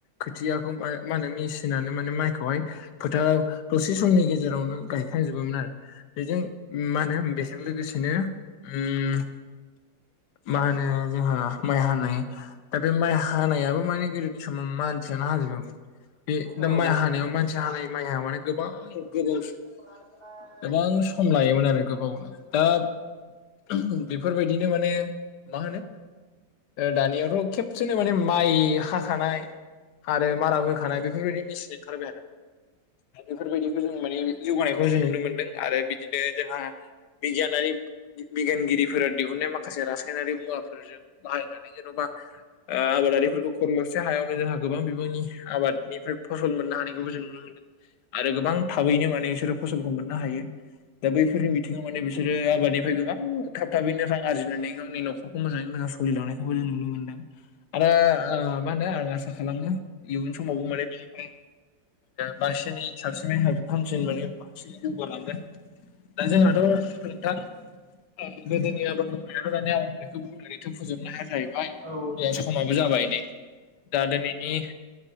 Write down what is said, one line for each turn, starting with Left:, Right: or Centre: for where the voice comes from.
Left: खोथियाखौ माय मा होनो मेसिनानो माने माइखौहाय फोथाराव दसे समनि गेजेरावनो गायखांजोबोमोन आरो। बेजों मा होनो बेजों लोगोसेनो उम मा होनो जोंहा माइ हानाय, दा बे माइ हानायाबो माने गोदोनि समाव मानसियानो हाजोबोमोन। बे दा
Right: औ
Left: माइ हानायाव मानसि हानाय माया माने गोबां गोबाव सम
Right: <inaudible>
Left: गोबां सम लायोमोन आरो गोबावनो। दा बे बेफोरबायदिनो माने मा होनो दानियावथ' खेबसेनो माने माइ हाखानाय आरो माराबो होखानाय बेफोरबायदि मेसिन ओंखारबाय आरो। दा बेफोरबायदिखौ जों माने जौगानायखौ जों नुनो मोनदों आरो बिदिनो जोंहा बिगियानारि बिगियानगिरिफोरा दिहुनन्नाय माखासे रासायनारि मुवाफोरजों बाहायनानै जेन'बा आबादारिफोरखौ खरलबसे हायावनो जोंहा गोबां बिबांनि आबादनिफ्राय फसल मोननो हानायखौबो जों नुनो मोनदों। आरो गोबां थाबैनो माने बिसोरो फसलखौ मोननो हायो। दा बैफोरनि बिथिङाव माने बिसोर सोरो आबादनिफ्राय गोबां थाब थाबैनो रां आरजिनानै गावनि नखरखौ मोजाङै मोजां फुलि लांनायखौबो जों नुनो मोनदों आरो ओ मा होनो आं आसा खालामो इयुन समावबो माने बेनिफ्राय बांसिनै सासिनै हामसिन माने बांसिनै जौगालांगोन। दा जोंहाथ' नोंथां ओ गोदोनि आबाद मावनायाथ' दानि आबाद मावनायखौ बुंनो आरो थ' फोजोबनो हाया जाहैबाय
Right: औ
Left: जोंना समाबो जाबाय नै। दा दिनैनि